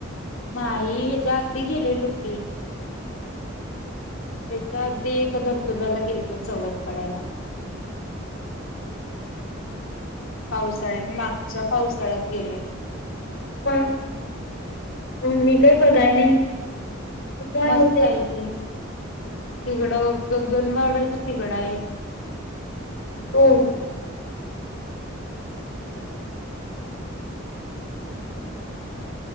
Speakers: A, on the left; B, on the left.
A: नाही हयाच्या आधी गेलेलो की ह्याच्या आधी एक धबधब्याला गेलतो सवत पाड्याला. पावसाळ्यात मागच्या पावसाळ्यात गेले
B: पण मी काय बघाय नाही. कुठं आलं
A: मस्त आहे ते. तिकडं गग्गनबावड्याच्या तिकडं हाय.
B: अ
A: <inaudible>